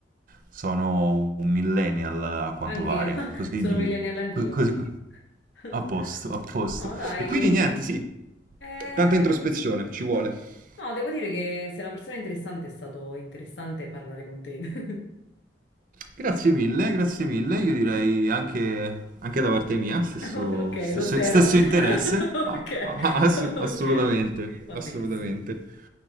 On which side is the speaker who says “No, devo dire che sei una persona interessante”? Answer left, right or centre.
Left